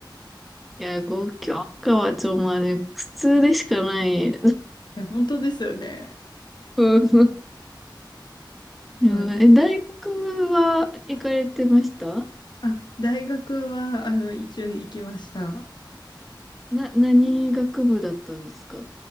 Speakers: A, in the centre; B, on the left (about 65°).
A: いや、ご教科はちょ、まあね、普通でしかない。
B: や、本当ですよね。
A: うんうん、
B: まあ、
A: え、大学は行かれてました
B: あ、大学は、あの、一応行きました。
A: な、何学部だったんですか